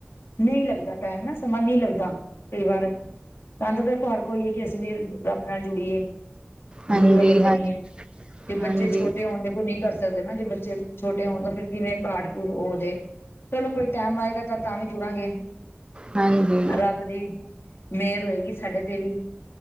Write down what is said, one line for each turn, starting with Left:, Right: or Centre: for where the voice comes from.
Left: ਨਹੀਂ ਲੱਗਦਾ ਟਾਈਮ ਨਾ ਸਮਾਂ ਨਹੀਂ ਲੱਗਦਾ ਕਈ ਵਾਰ ਤਾਂਦ ਦੇਖੋ ਹਰ ਕੋਈ ਅਸੀਂ ਵੀ ਰੱਬ ਨਾਲ ਜੁੜੀਏ
Right: ਹਾਂਜੀ
Left: ਗੁਰੂ ਵਾਲੇ
Right: ਹਾਂਜੀ
Left: ਬਣੀਏ ਤੇ ਬੱਚੇ
Right: ਹਾਂਜੀ
Left: ਛੋਟੇ ਹੋਣ ਦੇਖੋ ਨਹੀਂ ਕਰ ਸਕਦੇ ਨਾ ਜੇ ਬੱਚੇ ਛੋਟੇ ਹੋਣ ਤਾਂ ਫਿਰ ਕਿਵੇਂ ਪਾਠ ਹੋ ਜਾਵੇ ਚਲੋ ਕੋਈ ਟਾਈਮ ਆਏਗਾ ਤਾਂ-ਤਾਂ ਵੀ ਜੁੜਾਂਗੇ
Right: ਹਾਂਜੀ
Left: ਰੱਬ ਦੀ ਮੇਅਰ ਹੋਏਗੀ ਸਾਡੇ ਤੇ ਵੀ